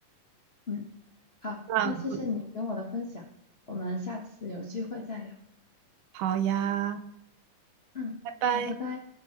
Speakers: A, on the left (about 80°); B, on the right (about 75°).
A: 嗯，好，
B: 那
A: 那谢谢你跟我的分享，我们下次有机会再聊。
B: 好呀，
A: 嗯，
B: 拜拜。
A: 好，拜拜。